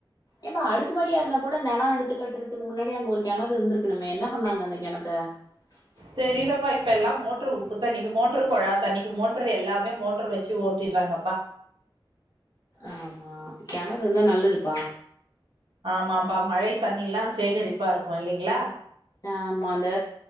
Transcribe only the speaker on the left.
ஏப்ப அடுக்கு மாடியா இருந்தா கூட நெலோ எடுத்து கட்டுறதுக்கு முன்னாடி அங்க ஒரு கெணறு இருந்திருக்கணுமே என்ன பண்ணாங்க அந்த கெணத்த த்த
ஆமா கெணறு இருந்தா நல்லதுப்பா
ஆமா இந்த